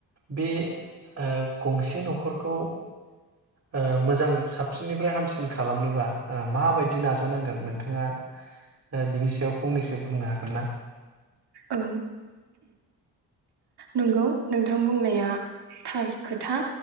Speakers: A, on the right; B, on the right.
A: बे ओ गंसे न'खरखौ ओ मोजां साबसिननिफ्राय हामसिन खालामनोबा ओ माबायदि नाजानांगोन नोंथाङा ओ बिनि सायाव फंनैसो बुंनो हागोन ना?
B: औ नंगौ नोंथां बुंनाया थार खोथा